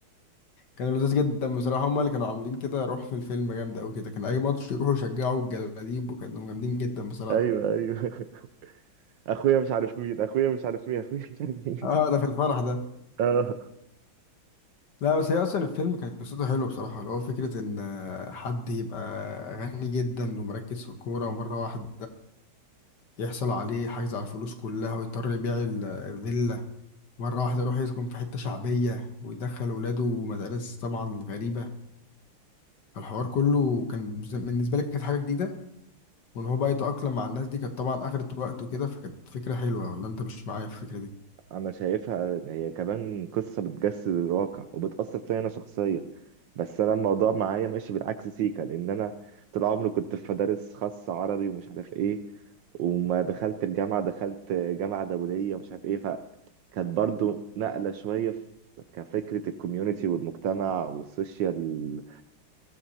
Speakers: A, on the left; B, on the right.
A: كان لذيذ جدا بصراحة هما اللي كانوا عاملين كده روح في الفيلم جامد أوي كده كان أي ماتش يروحوا يشجعوا الجلاديب وكانوا جامدين جدا بصراحة
B: ايوه ايوه <laughs> اخويا مش عارف مين اخويا مش عارف مين اخويا مش عارف مين
A: اه ده في الفرح ده
B: <laughs> اه
A: لا بس هي أصلا الفيلم كانت قصته حلوة بصراحة اللي هو فكرة إن آه، حد يبقى غني جدا ومركز في الكورة ومرة واحدة يحصل عليه حجز على الفلوس كلها ويضطر يبيع ال- الفيلا مرة واحدة يروح يسكن في حتة شعبية ويدخل ولاده مدارس طبعا غريبة الحوار كله كان بالنسبة لي كانت حاجة جديدة وان هو بقى يتأقلم مع الناس دي كانت طبعا اخدت وقت وكده فكانت فكرة حلوة ولا انت مش معايا في الفكرة دي
B: انا شايفها هي كمان قصه بتجسد الواقع وبتاثر فيا انا شخصيا بس انا الموضوع معايا ماشي بالعكس سيكا لان انا طول عمري كنت في مدارس خاصه عربي ومش عارف ايه وما دخلت الجامعه دخلت جامعه دوليه ومش عارف ايه فكانت برضو نقله شويه في كفكره الكوميونتي والمجتمع والسوشيال